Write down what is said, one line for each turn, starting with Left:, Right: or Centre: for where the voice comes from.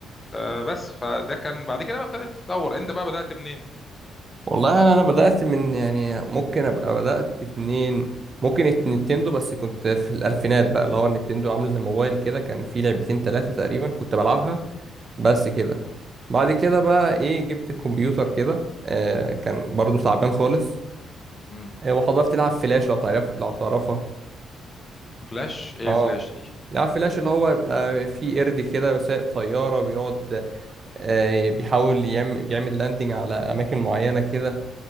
Left: آه بس فده كان بعد كده بقى ابتدت تتطور انت بقى بدأت منين
Right: والله انا انا بدأت من يعني ممكن ابقى بدأت في منين ممكن الت- نينتندو بس كنت في الألفينات بقى اللي هو النينتندو عامل زي الموبايل كده كان في لعبتين ثلاثة تقريبا كنت بلعبها بس كده بعد كده بقى ايه جبت كمبيوتر كده آه كان برضو تعبان خالص
Left: مم.
Right: آه وحضرت لعب فلاش لو تعرف لو تعرفها
Left: فلاش ايه
Right: اه
Left: فلاش دي
Right: عارف فلاش اللي هو يبقى فيه قرد كده سايق طيارة بيقعد آه، بيحاول يعمل بيعمل لاندنج على أماكن معينة كده